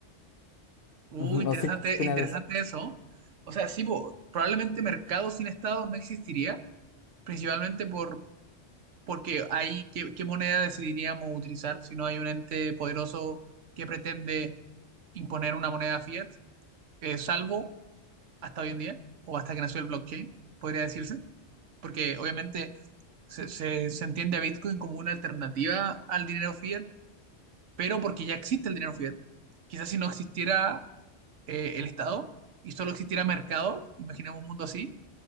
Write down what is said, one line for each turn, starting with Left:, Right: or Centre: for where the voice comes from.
Left: <laughs>
Right: Uh,
Left: No
Right: interesante,
Left: sé qué opinas
Right: interesante
Left: de eso.
Right: eso. O sea, sí, po, probablemente mercado sin Estado no existiría principalmente por, porque ahí, ¿qué, qué moneda decidiríamos utilizar si no hay un ente poderoso que pretende imponer una moneda fiat, eh, salvo hasta hoy en día, o hasta que nació el blockchain, podría decirse? Porque obviamente se, se- se entiende a Bitcoin como una alternativa al dinero fiat, pero porque ya existe el dinero fiat. Quizás si no existiera eh, el Estado y solo existiera mercado, imaginemos un mundo así,